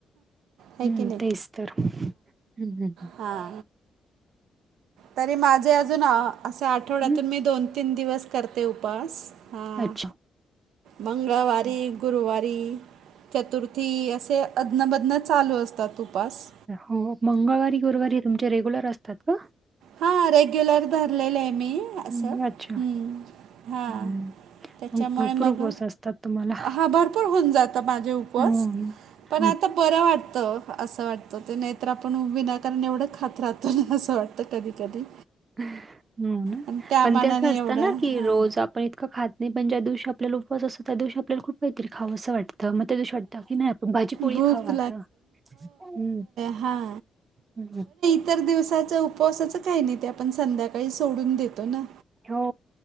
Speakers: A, on the right; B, on the right.
A: आहे
B: हम्म,
A: की नाही
B: तेच तर, हम्, हम् ह्!
A: हा! तरी माझे अजून अं, असे आठवड्यातून
B: हं,
A: मी दोन - तीन दिवस करते उपास. हा!
B: अच्छा.
A: मंगळवारी,
B: हं.
A: गुरुवारी री, चतुर्थी असे अदन मदन चालू असतात. उपास
B: हो! मंगळवारी, गुरुवारी तुमचे असतात का?
A: हा रेग्युलर धरलेलं आहे मी, असं
B: हं, अच्छा.
A: हं, हा!
B: हं.
A: त्याच्यामुळे
B: मग भरपूर
A: मग,
B: उपवास असतात तुम्हाला.
A: हा भरपूर होऊन जातं माझे उपवास.
B: हो ना.
A: पण
B: हो.
A: आता बरं वाटतं, असं वाटतं ते, नाहीतर आपण विनाकारण एवढं खात राहतो ना, असं वाटत होतं, कधी - कधी
B: हं,
A: आणि त्या
B: पण
A: मानाने
B: तेच असतं
A: एवढं
B: ना की,
A: हां
B: रोज आपण इतकं खात नाही, पण ज्या दिवशी आपल्याला उपवास असत त्या दिवशी आपल्याला खूप काहीतरी खावं असं वाटतं, मग त्या दिवशी वाटतं की, नाही आपण भाजीपोळी
A: भूक
B: खावा आता! हम्
A: हा!
B: हम्म!
A: इतर दिवसाच उपवासाचं काही नाही, ते आपण संध्याकाळी सोडून देतो ना.
B: हो!